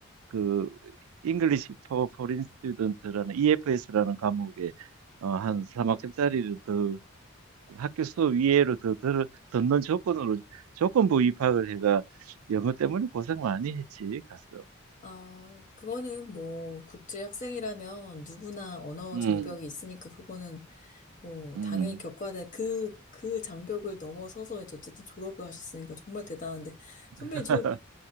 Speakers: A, on the right; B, on the left.
A: 그 English for Foreign Student라는 EFS라는 과목에 어, 한 3학점짜리를 더 학교 수업 이외로 더 들, 듣는 조건으로 조건부 입학을 해가 영어 때문에 고생 많이 했지 가서
B: 아, 그거는 뭐, 국제 학생이라면 누구나 언어
A: 음,
B: 장벽이 있으니까 그거는 뭐,
A: 음.
B: 당연히 겪어야 될 그, 그 장벽을 넘어서서 이제 어쨌든 졸업을 하셨으니까 정말 대단한데. 선배님,
A: <laughs>
B: 저,